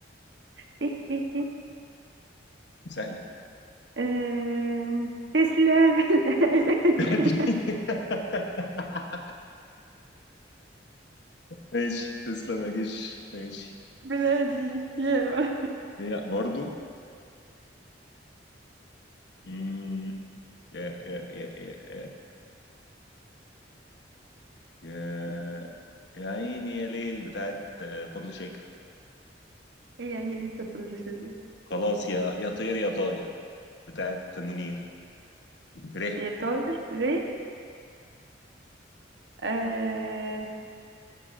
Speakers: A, on the right; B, on the left.
A: ت ت ت
B: سهلة
A: آه، تسلم الأيادي
B: <laughs>
A: <laughs>
B: ماشي تسلم يا جيش ماشي
A: بلادي يا
B: هي برضو مم، يا يا يا يا يا يا يا عيني يا ليل بتاعت آه، فضل شاكر
A: إيه يعني لسه مش كده
B: خلاص يا يا طير يا طاير بتاعت منير ره
A: يا طاير ري آه